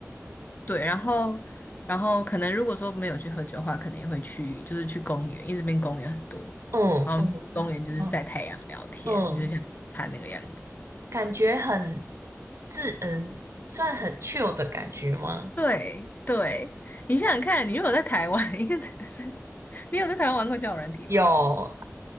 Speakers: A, on the left; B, on the right.
A: 对，然后然后可能如果说没有去喝酒的话，可能也会去就是去公园，因为这边公园很多，
B: 嗯嗯
A: 然后我们去公园就是晒太阳、
B: 嗯
A: 聊天，
B: 嗯。
A: 就是像野餐那个样子。
B: 感觉很自嗯，算很 chill 的感觉吗？
A: 对对，你想想看，你如果在台湾，一个男生，你有在台湾玩过交友软体吗？
B: 有，